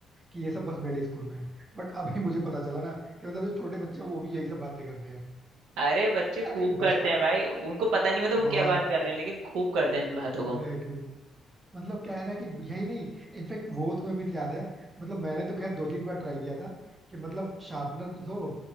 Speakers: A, on the right; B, on the right.
A: कि ये सब बस मेरे स्कूल में है बट अभी मुझे पता चला ना कि मतलब जो छोटे बच्चे हैं वो भी यही सब बातें करते हैं
B: अरे बच्चे
A: अरे
B: खूब करते
A: बचपन
B: हैं भाई उनको पता नहीं होता वो
A: बहुत
B: क्या बात कर रहे हैं लेकिन खूब करते हैं इन बातों
A: एग्जैक्टली
B: को
A: exactly. मतलब क्या है ना कि यही नहीं इनफेक्ट वो तुम्हें मिथ याद है मतलब मैंने तो खैर दो तीन बार ट्राई किया था कि मतलब शार्पनर लो